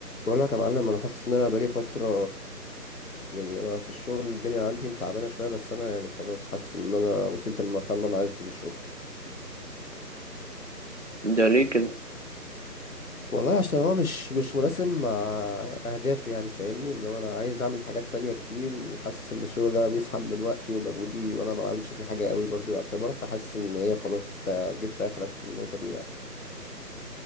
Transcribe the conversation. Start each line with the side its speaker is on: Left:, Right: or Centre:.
Left: بقول لك يا معلم انا حاسس ان انا بقالي فتره يعني انا في الشغل الدنيا عندي متعبانه شويه بس انا يعني خلاص حاسس ان انا وصلت للمرحله اللي انا عايز اسيب الشغل
Right: ده ليه كده
Left: والله عشان هو مش مش مناسب مع اهدافي يعني فاهمني اللي هو انا عايز اعمل حاجات تانية كتير وحاسس ان الشغل ده بيسحب من وقتي ومجهودي وانا ما بعملش فيه حاجه قوي برضو يعتبر فحاسس ان هي خلاص إنت جبت اخرك في النقطه دي يعني